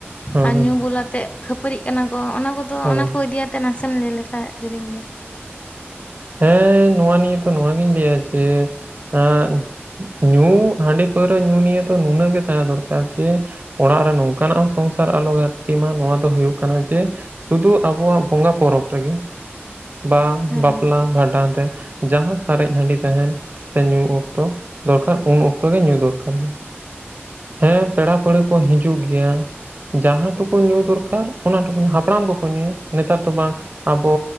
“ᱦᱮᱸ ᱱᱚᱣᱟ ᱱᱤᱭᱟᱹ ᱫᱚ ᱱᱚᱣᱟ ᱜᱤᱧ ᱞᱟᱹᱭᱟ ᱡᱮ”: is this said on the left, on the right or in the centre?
Right